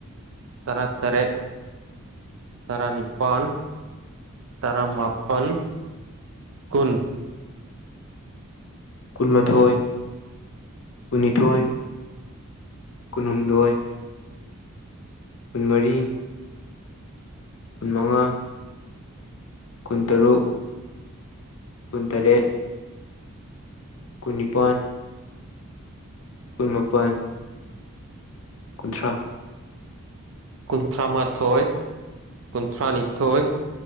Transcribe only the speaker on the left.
ꯀꯨꯟꯃꯥꯊꯣꯏ ꯀꯨꯟꯅꯤꯊꯣꯏ ꯀꯨꯟꯍꯨꯝꯗꯣꯏ ꯀꯨꯟꯃꯔꯤ ꯀꯨꯟꯃꯉꯥ ꯀꯨꯟꯇꯔꯨꯛ ꯀꯨꯟꯇꯔꯦꯠ ꯀꯨꯟꯅꯤꯄꯥꯟ ꯀꯨꯟꯃꯥꯄꯟ ꯀꯨꯟꯊ꯭ꯔꯥ